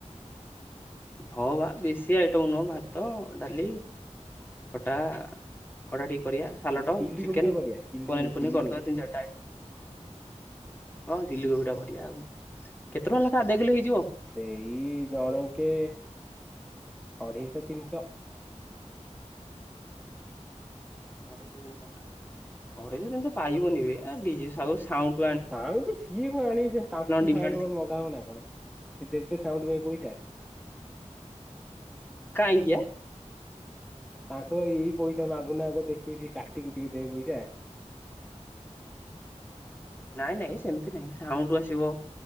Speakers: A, on the left (about 15°); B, in the centre.
A: ହଁ ବା ବେଶୀ ଆଇଟମ ନୁହଁ ଭାତ ଡାଲି ଖଟା। କଟା ଟିକେ କରିବା ସାଲଡ଼
B: ଆଉ ଚିଲି
A: ଚିକେନ
B: କୋବି ଟା କରିବା ଚିଲି
A: ପନିର
B: କୋବି
A: ପନିର
B: ଚିଲି
A: କରିଦବା
B: କୋବି
A: ତିନି ଚାରିଟା। ହଁ ଚିଲ କୋବି ଟା କରିବା ଆଉ କେତେ ଟଙ୍କା ଲେଖା ଆଧେ କିଲୋ ହେଇଯିବ?
B: ସେଇ ଜଣେକ ଅଢେଇଶହ ତିନିଶହ।
A: ଅଢେଇଶ ଜିନିଷ ଅଢେଇଶ ଜିନିଷ ପାଇବନି ଏଣ୍ଡ
B: ସାଉଣ୍ଡ ତ ସିଏ କଣ ଆଣିବେ ତାଙ୍କୁ
A: ଡିମାଣ୍ଡ
B: ସାଉଣ୍ଡ
A: ଥିବ
B: ମଗା ହବ ନା କଣ ସିଏ ଦେବେ ସାଉଣ୍ଡ ପାଇଁ ପଇସା?
A: କାହିଁକିଆ?
B: ତାଙ୍କୁ ଏଇ ପଇସା ମାଗୁନା ଆଗ ଦେଖିବୁ ସେ କାଟିକୁ ଟିକେ ଦେ ପଇସା
A: ନାଇଁ ନାଇଁ ସେମିତି ନାଇଁ ସାଉଠୁ ଆସିବ